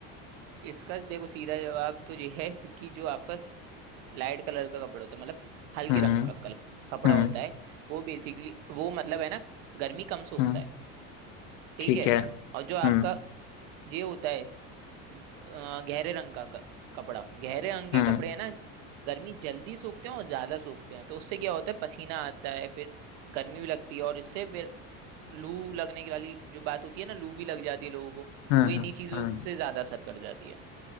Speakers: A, on the right; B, on the left.
A: इसका देखो सीधा जवाब तो ये है कि जो आपका लाइट कलर का कपड़ा होता है मतलब हल्के
B: हम्म
A: रंग का कल- कपड़ा
B: हम्म
A: होता है वो बेसिकली वो मतलब है ना गर्मी कम सोखता
B: हम्म
A: है ठीक
B: ठीक
A: है
B: है
A: और जो आपका
B: हम्म
A: ये होता है अ, गहरे रंग का क- कपड़ा गहरे रंग के
B: हम्म
A: कपड़े है ना गर्मी जल्दी सोखते हैं और ज्यादा सोखते हैं तो उससे क्या होता है पसीना आता है फिर गर्मी भी लगती है और इससे फिर लू लगने की वाली जो बात होती है ना लू भी लग जाती है लोगों को
B: हम्म
A: वो इन्हीं
B: हम्म
A: चीजों
B: हम्म।
A: से ज्यादा असर कर जाती है